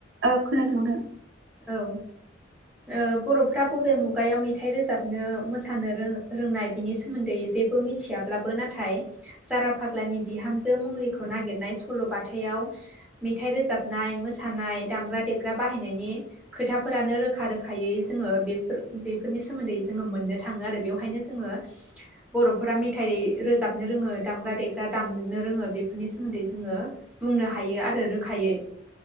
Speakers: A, on the right; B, in the centre.
A: औ खोनादों नोंथां
B: औ। ओ बर'फ्रा बबे मुगायाव मेथाइ रोजाबनो मोसानो रों-रोंनाय? बिनि सोमोन्दै जेबो मिथियाब्लाबो नाथाय जारा फाग्लानि बिहामजो मुंलिखौ नागिरनाय सल'बाथायाव मेथाइ रोजाबनाय मोसानाय दामग्रा देग्रा बाहायनायनि खोथाफोरानो रोखा रोखायै जोङो बेफोर बेफोरनि सोमोन्दै जोङो मोननो थाङो आरो बेवहायनो जोङो बर'फोरा मेथाइ रोजाबनो रोङो दामग्रा देग्रा दामनो रोङो बेफोरनि सोमोन्दै जोङो बुंनो हायो आरो रोखायै।